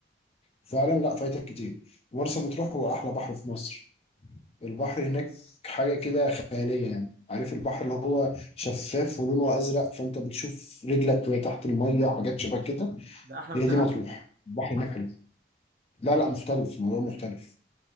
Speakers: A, on the left; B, on the right.
A: فعلا لا فايتك كتير مرسى مطروح هو احلى بحر في مصر البحر هناك حاجه كده خياليه يعني عارف البحر اللي هو شفاف ولونه ازرق فانت بتشوف رجلك وهي تحت الميه وحاجات شبه كده
B: ده احلى
A: هي
B: من دهب
A: دي مطروح البحر هناك حلو لا لا مختلف الموضوع مختلف